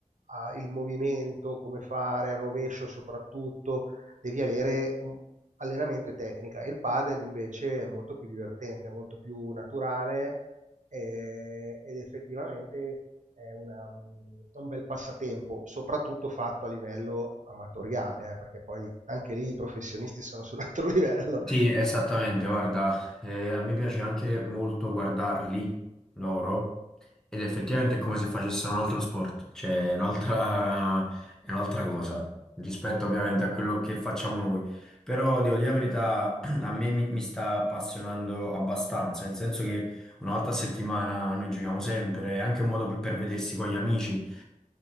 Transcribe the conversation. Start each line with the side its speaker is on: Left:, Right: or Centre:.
Right: ah, il movimento, come fare, il rovescio soprattutto, devi avere un allenamento e tecnica. Il padel invece è molto più divertente, è molto più naturale eh, ed effettivamente è una, mm, un bel passatempo, soprattutto fatto a livello amatoriale, eh, perché poi anche lì i professionisti sono su un altro <laughs> livello.
Centre: Sì, esattamente, guarda, eh, a me piace anche molto guardarli loro ed effettivamente è come se facessero un altro sport, cioè è un'altra è un'altra cosa rispetto ovviamente a quello che facciamo noi, però devo dire la verità, <clears throat> a me mi, mi sta appassionando abbastanza, nel senso che una volta a settimana noi giochiamo sempre, è anche un modo per per vedersi con gli amici.